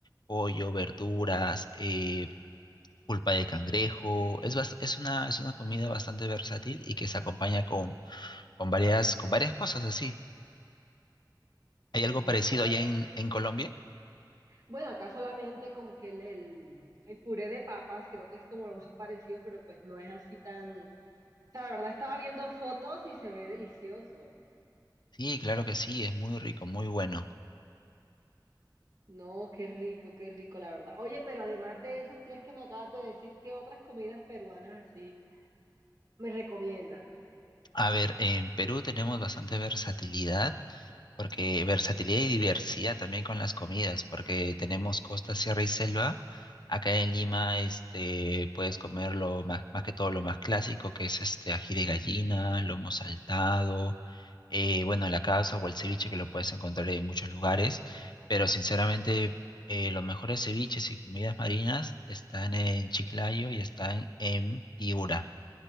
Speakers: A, on the left; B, on the right.
A: pollo, verduras, eh, pulpa de cangrejo. Es, bas- es una, es una comida bastante versátil y que se acompaña con, con varias, con varias cosas así. ¿Hay
B: Qué
A: algo
B: rico,
A: parecido
B: la
A: allá
B: verdad.
A: en, en Colombia?
B: Bueno, acá solamente como que el, el, el puré de papas, creo que es como lo más parecido, pero pues no es así tan... O sea, la verdad, estaba viendo fotos y se ve delicioso.
A: Sí, claro que sí, es muy rico, muy bueno.
B: No, qué rico, qué rico, la verdad. Oye, pero además de esos tres que me acabas de decir, ¿qué otras comidas peruanas así me recomiendas?
A: A ver, en Perú tenemos bastante versatilidad, porque versatilidad y diversidad también con las comidas, porque tenemos costa, sierra y selva. Acá en Lima, este, puedes comer lo más, más que todo lo más clásico, que es este ají de gallina, lomo saltado, eh, bueno, la causa o el ceviche que lo puedes encontrar en muchos lugares, pero sinceramente eh, los mejores ceviches y comidas marinas están en Chiclayo y están en Piura.